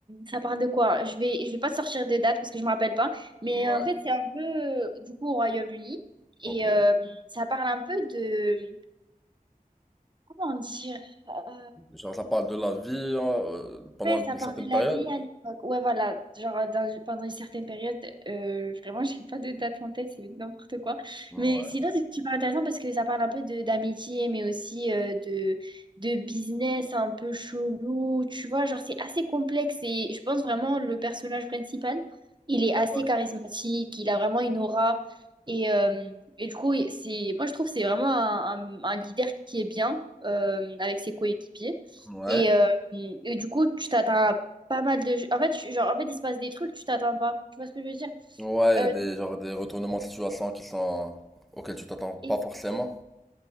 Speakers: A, on the right; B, in the centre.
A: ça parle de quoi? Je vais, je vais pas te sortir de date parce que je me rappelle pas. Mais
B: Ouais,
A: euh, en fait, c'est un peu, euh, du coup, au Royaume-Uni.
B: Ok.
A: Et euh, ça parle un peu de... Comment dire? euh,
B: Genre, ça parle de la vie hein, euh, pendant
A: Ouais,
B: une,
A: ça
B: une
A: parle
B: certaine
A: de
B: période.
A: la vie à l'époque. Ouais, voilà. Genre, dans- pendant une certaine période, euh, vraiment, <laughs> j'ai pas de date en tête, c'est n'importe quoi.
B: ouais,
A: Mais sinon, c'est super intéressant parce que ça parle un peu de d'amitié, mais aussi euh, de, de business un peu chelou. Tu vois, genre, c'est assez complexe et je pense vraiment le personnage principal, il est assez
B: ouais.
A: charismatique, il a vraiment une aura. Et, euh, et du coup, c'est, moi, je trouve que c'est vraiment un, un- un leader qui est bien euh, avec ses coéquipiers.
B: Ouais.
A: Et, euh, et, et du coup, tu t'attends à pas mal de... En fait, tu- genre, en fait, il se passe des trucs, tu t'attends pas. Tu vois ce que je veux dire?
B: Ouais, il
A: Euh,
B: y a des, genre, des retournements de situation qui sont... auxquels tu t'attends pas
A: e-
B: forcément.